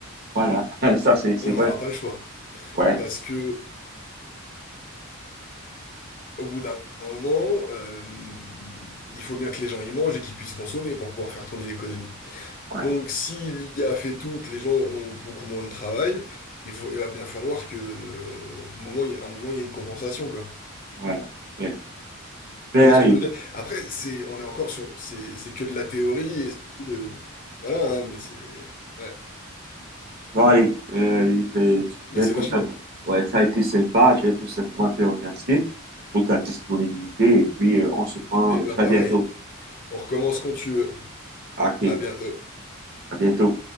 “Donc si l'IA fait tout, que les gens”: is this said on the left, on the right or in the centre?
Left